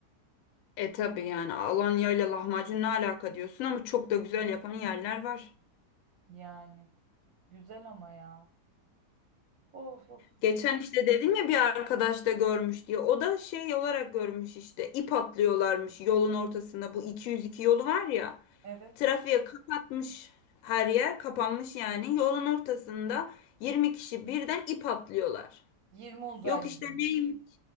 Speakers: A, on the left; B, on the right.
A: E tabi yani Alanya ile lahmacun ne alaka diyorsun ama çok da güzel yapan yerler var.
B: Yani güzel ama ya. Of of.
A: Geçen işte dedim ya bir arkadaş da görmüş diye. O da şey olarak görmüş işte. ip atlıyorlarmış yolun ortasında. Bu 202 yolu var ya.
B: Evet.
A: Trafiğe kapatmış her yer kapanmış yani. Yolun ortasında 20 kişi birden ip atlıyorlar.
B: 20 uzaylı
A: Yok işte
B: diyor.
A: neymiş?